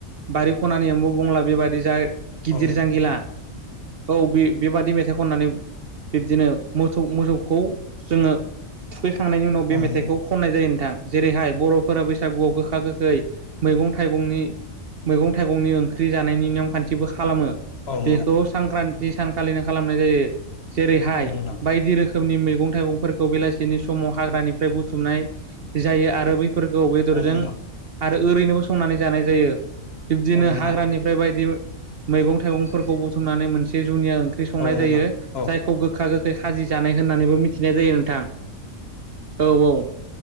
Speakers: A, on the right; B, on the left.
A: बारि खनानियावबो बुंला बेबादि जा गिदिर
B: औ
A: जांगिला औ बे बेबादि मेथाइ खननानै बिब्दिनो मोथौ मोसौ मोसौखौ जोङो थुखै खांनायनि उनाव
B: नोंथां
A: बे मेथाइखौ खननाय जायो नोंथां जेरैहाय बर'फोरा बैसागुआव गोखा गोखै मैगं थाइगंनि मैगं थाइगंनि ओंख्रि जानायनि नियम खान्थिबो खालामो।
B: औ नोंथां
A: बेखौ सांख्रान्थि सानखालिनो खालामनाय जायो जेरैहाय
B: औ नंगौ नोंथां
A: बायदि रोखो रोखोमनि मैगं थाइगंफोरखौ बेलासिनि समाव हाग्रानिफ्राय बुथुमनाय जायो आरो बै फोरखौ बेदरजों
B: औ नंगौ
A: आरो ओरैनोबो संनानै जानाय जायो। बिब्दिनो
B: नोंथां
A: हाग्रानिफ्राय बायदि मैगं थाइगंफोरखौ बुथुमनानै मोनसे जुनिया ओंख्रि संनाय
B: औ नंगौ
A: जायो
B: नोंथां औ
A: जायखौ गोखा गोखै खाजि जानाय होननानैबो मि थिनाय जायो नोंथां औ औ।